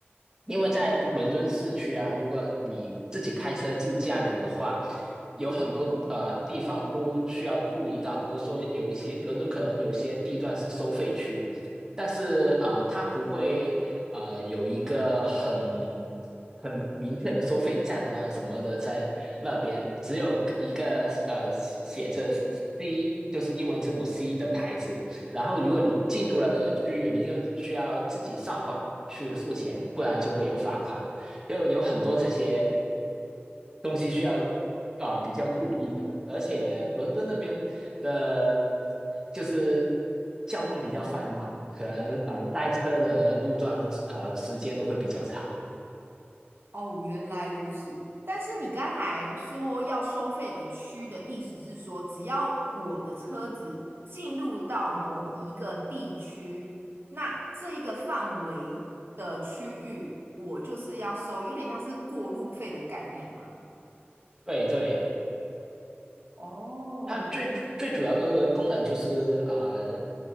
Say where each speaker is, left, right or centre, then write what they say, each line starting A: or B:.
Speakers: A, on the right; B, on the right.
A: 因为在伦敦市区啊，如果你自己开车自驾游的话，有很多呃地方都需要注意到，比如说有一些伦敦可能有些地段是收费区，但是啊、呃它不会呃有一个很很明确的收费站啊什么的在那边，只有一个呃写着 C 就是英文字母 C 的牌子，然后如果你进入了那个区域，你就需要自己上网去付钱，不然就会有罚款。因为有很多这些东西需要啊、比较注意的，而且伦敦那边的，就是交通比较繁忙，可能呃塞车的路段和呃时间都会比较长。
B: 哦，原来如此。但是你刚才说要收费的区的意思是说，只要我的车子进入到某一个地区，那这一个范围的区域，我就是要收，有点像是过路费的概念嘛。
A: 对对。
B: 哦，
A: 它最最主要的功能就是呃，